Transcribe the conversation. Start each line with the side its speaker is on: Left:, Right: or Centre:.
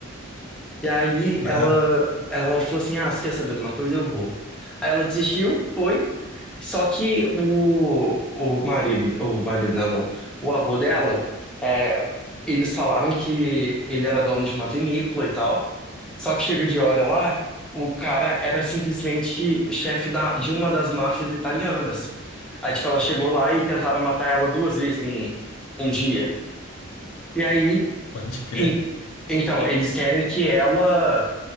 Centre: E aí
Left: Bah,
Centre: ela, ela falou assim: Ah, você quer saber de uma coisa? Eu vou. Aí ela desistiu, foi. Só que o, o marido, o marido, não, não. O avô dela, é, eles falaram que ele era dono de uma vinícola e tal. Só que chega de hora lá, o cara era simplesmente chefe da, de uma das máfias italianas. Aí, tipo, ela chegou lá e tentaram matar ela duas vezes em um dia. E aí,
Left: pode crer.
Centre: em- então, eles querem que ela